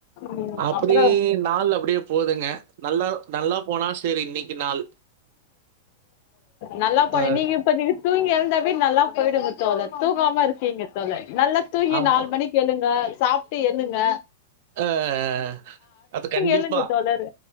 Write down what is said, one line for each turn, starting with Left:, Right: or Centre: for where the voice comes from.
Left: ம்
Right: அப்டியே
Left: அப்புறோ
Right: நாள் அப்டியே போதுங்க நல்லா நல்லா போனா செரி இன்னைக்கு நாள்
Left: நல்லா பண்ணி
Right: அ
Left: நீ இப்பதி தூங்கி எழுந்தாவே நல்லா போய்டுங்க தோழர் தூங்காம இருக்கீங்க தோழர் நல்லா தூங்கி
Right: ஆமா.
Left: நாலு மணிக்கெழுங்க சாப்ட்டு எண்ணுங்க
Right: ஆஹ் அது கண்டிப்பா
Left: எழுங்க தோழர்